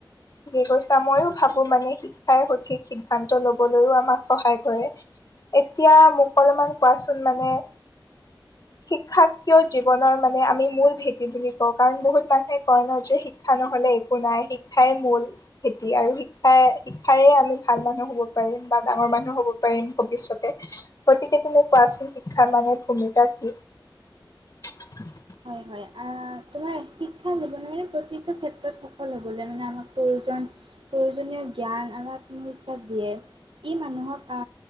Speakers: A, on the left; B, on the right.
A: ঠিকে কৈছা ময়ো ভাবো মানে শিক্ষাই সঠিক সিদ্ধান্ত লবলৈও আমাক সহায় কৰে। এতিয়া মোক অলপমান কোৱাচোন মানে শিক্ষাক কিয় জীৱনৰ মানে আমি মূল ভেটি বুলি কও কাৰণ বহুত মানুহে কয় ন যে শিক্ষা নহয নহলে একো নাই শিক্ষাই মূল খেতি আৰু শিক্ষাই শিক্ষাৰে আমি ভাল মানুহ হ'ব পাৰিম। বা ডাঙৰ মানুহ হ'ব পাৰিম ভৱিষ্যতে গতিকে তুমি কোৱাচোন শিক্ষাৰ মানে ভূমিকা কি? <unintelligible>
B: হয় - হয় তোমাৰ শিক্ষা জীৱনৰে প্ৰতিটো ক্ষেত্ৰত সফল হবলে মানে আমাক প্ৰয়োজন প্ৰয়োজনীয় জ্ঞান আৰু আত্মবিশ্বাস দিয়ে। ই মানুহক আ